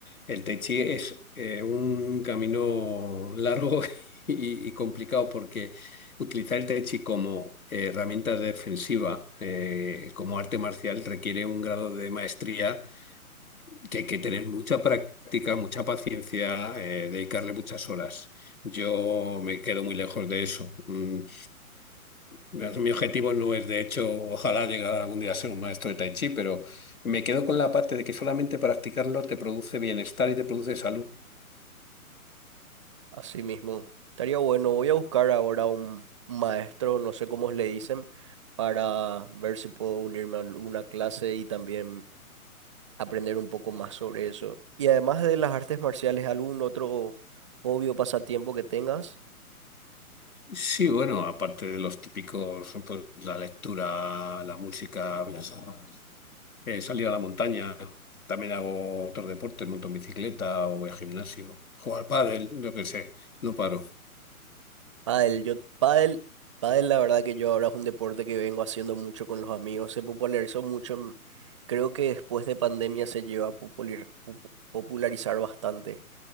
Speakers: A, on the left; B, on the right.
A: el Tai Chi es eh, un camino largo <laughs> y, y complicado porque utilizar el Tai Chi como eh, herramienta defensiva, eh, como arte marcial, requiere un grado de maestría que hay que tener mucha práctica, mucha paciencia, eh, dedicarle muchas horas. Yo me quedo muy lejos de eso. Mm, Verás, Mi objetivo no es, de hecho, ojalá llegar algún día a ser un maestro de Tai Chi, pero me quedo con la parte de que solamente practicarlo te produce bienestar y te produce salud.
B: Así mismo. Estaría bueno. Voy a buscar ahora un maestro, no sé cómo le dicen, para ver si puedo unirme a una clase y también aprender un poco más sobre eso. Y además de las artes marciales, ¿algún otro hobby o pasatiempo que tengas?
A: Sí, bueno, aparte de los típicos, pues, la lectura, la música, las- eh, salir a la montaña, también hago otros deportes, monto en bicicleta o voy al gimnasio, jugar pádel, lo que sé, no paro.
B: Pádel. Yo, pádel, pádel, la verdad que yo ahora es un deporte que vengo haciendo mucho con los amigos. Se popularizó mucho. en- Creo que después de pandemia se lleva a popular- popu- popularizar bastante.